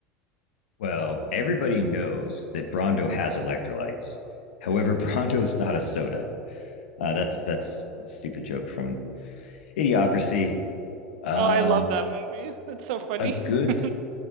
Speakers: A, on the left; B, on the right.
A: Well, everybody knows that Brando has electrolytes. However, <laughs> Brando's not a soda. Uh, that's that's a stupid joke from Idiocracy. Um,
B: Oh, I love that movie. That's so funny.
A: a good.
B: <laughs>